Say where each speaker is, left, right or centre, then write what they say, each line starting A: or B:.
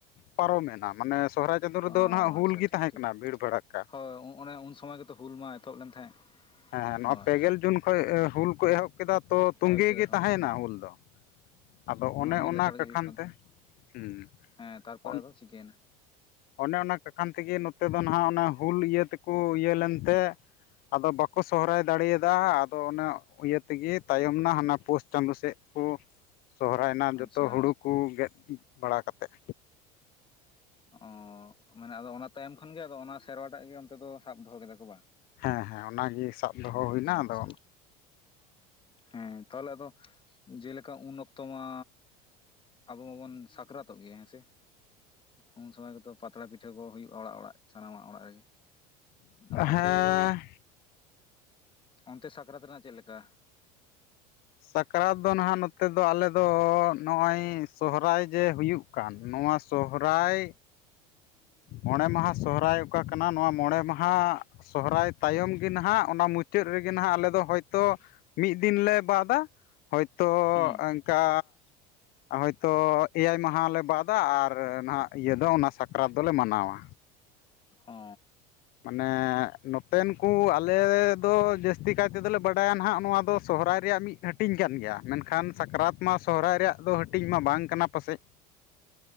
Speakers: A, on the left; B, on the left.
A: ᱯᱟᱨᱚᱢᱮᱱᱟ ᱢᱟᱱᱮ ᱥᱚᱨᱦᱟᱭ ᱪᱟᱸᱫ ᱨᱮᱫᱚ
B: ᱚ
A: ᱱᱟᱜ ᱦᱩᱞ
B: ᱟᱪᱪᱷᱟ
A: ᱜᱮ
B: ᱴᱷᱤᱠ
A: ᱛᱟᱦᱮᱸᱠᱟᱱᱟ
B: ᱴᱷᱤᱠ
A: ᱵᱷᱤᱲᱵᱲᱟᱠᱟ
B: ᱦᱳᱭ ᱚᱱᱮ ᱩᱱ ᱥᱚᱢᱚᱭ ᱜᱮᱛᱚ ᱦᱩᱞ ᱢᱟ ᱮᱛᱚᱦᱚᱵ ᱞᱮᱱ ᱛᱟᱦᱮᱸᱫ
A: ᱦᱮᱸ ᱱᱚᱣᱟ
B: ᱦᱳᱭ
A: ᱯᱮᱜᱮᱞ ᱡᱩᱱ ᱠᱷᱚᱱ ᱦᱩᱞ ᱠᱚ ᱮᱦᱚᱵ ᱠᱮᱫᱟ ᱛᱚ ᱛᱚᱛᱮ
B: ᱮᱦᱚᱵ ᱠᱮᱫᱟ
A: ᱜᱮ
B: ᱦᱳᱭ
A: ᱛᱟᱦᱮᱭᱮᱱᱟ ᱦᱩᱞ ᱫᱚ ᱟᱫᱚ ᱚᱱᱮ
B: ᱢᱤᱫ
A: ᱚᱱᱟ
B: ᱞᱮᱛᱟᱲ
A: ᱵᱟᱠᱷᱟᱱ
B: ᱜᱮ ᱦᱩᱭᱩᱜ ᱠᱟᱱ
A: ᱛᱮ
B: ᱛᱟᱦᱮᱸᱫ
A: ᱦᱩᱸ
B: ᱦᱮᱸ ᱛᱟᱨᱯᱚᱨᱮ
A: ᱚᱱ
B: ᱟᱫᱚ ᱪᱤᱠᱟᱹᱭᱮᱱᱟ
A: ᱚᱱᱮ ᱚᱱᱟ ᱠᱟᱠᱷᱟᱱ ᱛᱮᱜᱮ ᱱᱚᱛᱮ ᱫᱚ ᱦᱟᱜ ᱚᱱᱮ ᱦᱩᱞ ᱤᱭᱟᱹ ᱛᱮᱠᱚ ᱤᱭᱟᱹ ᱞᱮᱱᱛᱮ ᱟᱫᱚ ᱵᱟᱠ ᱥᱚᱦᱨᱟᱭ ᱫᱟᱲᱮᱭᱟᱫᱟ ᱟᱫᱚ ᱚᱱᱟ ᱤᱭᱟᱹ ᱛᱮᱜᱮ ᱛᱟᱭᱚᱢ ᱢᱟ ᱦᱟᱱᱟ ᱯᱳᱥ ᱪᱟᱸᱫᱳ ᱥᱮᱫ ᱠᱚ ᱥᱚᱦᱨᱟᱭᱱᱟ ᱡᱚᱛᱚ
B: ᱟᱪᱪᱷᱟ
A: ᱦᱩᱲᱩ ᱠᱚ ᱜᱮᱫ ᱵᱟᱲᱟ ᱠᱟᱛᱮᱛ
B: ᱚ ᱢᱟᱱᱮ ᱟᱫᱚ ᱚᱱᱟ ᱛᱟᱭᱚᱢ ᱠᱷᱚᱱᱜᱮ ᱟᱫᱚ ᱚᱱᱟ ᱥᱮᱨᱣᱟᱴᱟᱜ ᱜᱮ ᱚᱱᱛᱮ ᱫᱚ ᱥᱟᱵ ᱫᱚᱦᱚ ᱠᱮᱫᱟ ᱠᱚ ᱵᱟᱝ
A: ᱦᱮᱸ ᱦᱮᱸ ᱚᱱᱟᱜᱮ ᱥᱟᱵ ᱫᱚᱦᱚ
B: ᱚ
A: ᱦᱩᱭᱱᱟ
B: ᱟᱪᱪᱷᱟ ᱟᱪᱪᱷᱟ
A: ᱟᱫᱚ
B: ᱦᱮᱸ ᱛᱟᱦᱞᱮ ᱟᱫᱚ ᱡᱮᱞᱮᱠᱟ ᱩᱱ ᱚᱠᱛᱚ ᱢᱟ ᱟᱵᱚ ᱢᱟᱵᱚᱱ ᱥᱟᱠᱨᱟᱛᱚᱜ ᱜᱮᱭᱟ ᱦᱮᱸᱥᱮ ᱩᱱ ᱥᱚᱢᱚᱭ ᱠᱚᱫᱚ ᱯᱟᱛᱲᱟ ᱯᱤᱴᱷᱟᱹ ᱠᱚ ᱦᱩᱭᱩᱜᱼᱟ ᱚᱲᱟᱜ ᱚᱲᱟᱜ ᱥᱟᱱᱟᱢᱟᱜ ᱚᱲᱟᱜ ᱨᱮᱜᱮ ᱟᱫᱚ
A: ᱦᱮᱸ
B: ᱟᱯᱮ ᱫᱚ ᱚᱱᱛᱮ ᱥᱟᱠᱨᱟᱛ ᱨᱮᱱᱟᱜ ᱪᱮᱫ ᱞᱮᱠᱟ
A: ᱥᱟᱠᱨᱟᱛ ᱫᱚ ᱱᱟᱦᱟᱜ ᱱᱚᱛᱮ ᱫᱚ ᱟᱞᱮ ᱫᱚ ᱱᱚᱜᱼᱚᱭ ᱥᱚᱦᱨᱟᱭ ᱡᱮ ᱦᱩᱭᱩᱜ ᱠᱟᱱ ᱱᱚᱣᱟ ᱥᱚᱦᱨᱚᱟᱭ
B: ᱦᱮᱸ <inaudible>
A: ᱢᱚᱬᱮ ᱢᱟᱦᱟ ᱥᱚᱦᱨᱟᱭ ᱚᱠᱟ ᱠᱟᱱᱟ ᱱᱚᱣᱟ ᱢᱚᱬᱮ ᱢᱟᱦᱟ ᱥᱚᱦᱨᱟᱭ ᱛᱟᱭᱚᱢ ᱜᱮ ᱱᱟᱦᱟᱜ ᱚᱱᱟ ᱢᱩᱪᱟᱹᱫ ᱨᱮᱜᱮ ᱱᱟᱦᱟᱜ ᱟᱞᱮᱚ ᱦᱚᱭᱛᱳ ᱢᱤᱫ ᱫᱤᱱ ᱞᱮᱮ ᱵᱟᱫ ᱦᱚᱭᱛᱳ
B: ᱦᱩᱸ
A: ᱚᱱᱠᱟ
B: <unintelligible>
A: ᱦᱳᱭᱛᱳ ᱮᱭᱟᱭ ᱢᱟᱦᱟᱞᱟᱞᱮ ᱵᱟᱫ ᱟᱨ ᱱᱟᱦᱟᱜ ᱤᱭᱟᱹ ᱫᱚ ᱚᱱᱟ ᱥᱟᱠᱨᱟᱛ ᱫᱚᱞᱮ ᱢᱟᱱᱟᱣᱟ
B: ᱚ
A: ᱢᱟᱱᱮ ᱱᱚᱛᱮᱱ ᱠᱚ ᱟᱞᱮ ᱫᱚ ᱡᱟᱹᱥᱛᱤ ᱠᱟᱭ ᱛᱮᱫᱚᱞᱮ ᱵᱟᱰᱟᱭᱟ ᱢᱟᱱᱮ ᱱᱚᱛᱮᱱ ᱠᱚ ᱚᱞᱮ ᱫᱚ ᱡᱟᱥᱛᱤ ᱠᱟᱭ ᱛᱮ ᱵᱟᱰᱟᱭᱟ ᱱᱚᱣᱟ ᱫᱚ ᱥᱚᱦᱚᱨᱟᱭ ᱨᱮᱭᱟᱜ ᱢᱤᱫ ᱦᱟᱹᱴᱤᱧ ᱠᱟᱱ ᱥᱟᱦᱨᱟᱭ ᱨᱮᱭᱟᱜ ᱢᱤᱫ ᱦᱟᱴᱤᱝ ᱜᱮᱭᱟ ᱢᱮᱱᱠᱷᱟᱱ ᱥᱟᱠᱨᱟᱛ ᱢᱟ ᱥᱚᱦᱨᱟᱭ ᱨᱮᱭᱟᱜ ᱫᱚ ᱦᱟᱹᱴᱤᱧ ᱢᱟ ᱵᱟᱝ ᱠᱟᱱᱟ ᱯᱟᱥᱮᱫ
B: <inaudible>